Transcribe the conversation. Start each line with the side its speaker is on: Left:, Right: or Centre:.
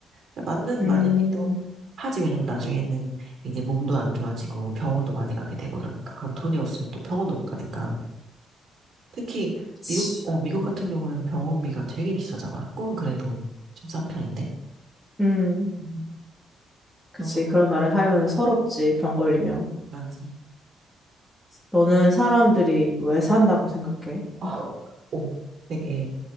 Right: 근데 맞는
Centre: 음,
Right: 말이기도 하지, 왜냐면 나중에는 이제 몸도 안 좋아지고 병원도 많이 가게 되고 그러니까. 그럼 돈이 없으면 또 병원도 못 가니까. 특히
Centre: 그치.
Right: 미국, 어, 미국 같은 경우에는 병원비가 되게 비싸잖아. 한국은 그래도 좀 싼 편인데.
Centre: 음.
Right: 음,
Centre: 그치.
Right: 그런 것,
Centre: 그런 나라에 살면 서럽지, 병 걸리면.
Right: 맞아.
Centre: 너는 사람들이 왜 산다고 생각해?
Right: 어, 오, 되게